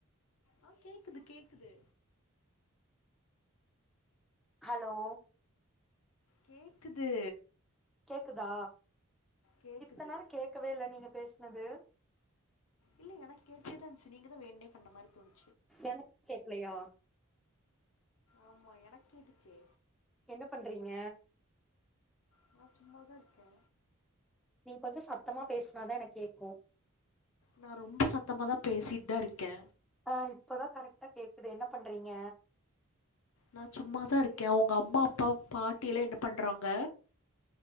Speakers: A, on the left; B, in the centre.
A: ஆ கேக்குது கேக்குது
B: அலோ
A: கேக்குது
B: கேக்குதா
A: கேக்குது
B: இத்தன்நாள் கேட்கவே இல்ல நீங்க பேஸ்னது
A: இல்லிங்க எனக்கு கேட்டேதாஞ்ச்சு நீங்கதா வேன்னே பண்ண மாரி தோணுத்
B: எனக் கேக்கலையா
A: ஆமா எனக் கேட்டுச்சே
B: என்ன பண்றீங்க
A: நா சும்மாதா இருக்கே
B: நீங் கொஞ்சோ சத்தமா பேஸ்னாதா எனக் கேக்கு
A: நா ரொம்ப சத்தமாதா பேசிட்தா இருக்கே
B: ஆ இப்பதா கரெக்ட்டா கேக்குது என்ன பண்றீங்க
A: நா சும்மாதா இருக்கே ஒங்க அம்மாப்பா பாட்டியெல்லா என்ன பண்றாங்க